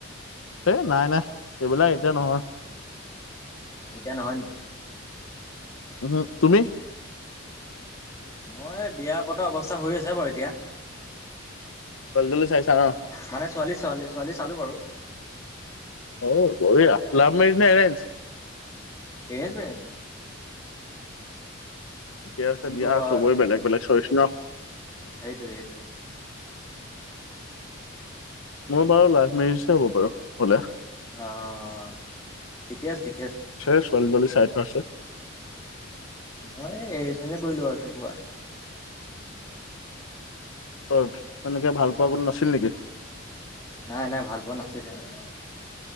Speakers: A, on the left (about 80°); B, on the left (about 15°).
A: এ নাই নাই, এইবিলাক এতিয়া নহয়।
B: অ', এতিয়া নহয় নেকি?
A: উহু, তুমি?
B: মই বিয়া পতা অৱস্থা হৈ আছে বাৰু এতিয়া।
A: ছোৱালী-তোৱালি চাইছা ন?
B: মানে ছোৱালী ছোৱালী ছোৱালী চালো বাৰু
A: অ বঢ়িয়া লা্ব মেৰিজ নে এৰেঞ্জ
B: এৰেঞ্জ মেৰেজ
A: ঠিকে আছে
B: কি
A: দিয়া
B: ক'বা
A: চবৰে
B: আৰু
A: বেলেগ বেলেগ চইছ ন
B: সেইটোৱে সেইটোৱে
A: মই বাৰু লাভ মেৰিজে হ'ব বাৰু হলে
B: অ', ঠিকে আছে ঠিকে আছে।
A: সেই ছোৱালী তোৱালী চাই আছে
B: মই এ এৰেঞ্জমেৰেজে কৰিলো আৰু কি ক'বা।
A: ত এনেকে ভাল পোৱা কোন নাছিল নিকি
B: নাই নাই ভাল পোৱা নাছিলে মানে